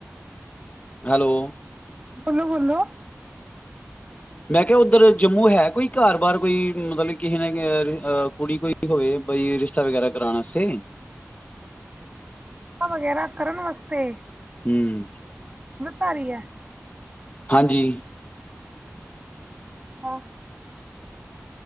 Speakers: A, on the left; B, on the right.
A: ਹੈਲੋ
B: ਬੋਲੋ-ਬੋਲੋ
A: ਮੈਂ ਕਿਹਾ ਉੱਧਰ ਜੰਮੂ ਹੈ ਕੋਈ ਘਰ ਬਾਹਰ ਕੋਈ ਮਤਲਬ ਕਿਸੇ ਨੇ ਕੁੜੀ ਕੋਈ ਹੋਵੇ ਬਈ ਰਿਸ਼ਤਾ ਵਗੈਰਾ ਕਰਾਉਣ ਵਾਸਤੇ।
B: ਵਗੈਰਾ ਕਰਨ ਵਾਸਤੇ
A: ਹਮ
B: ਧਾਰੀ ਹੈ।
A: ਹਾਂਜੀ
B: ਵਾਹ।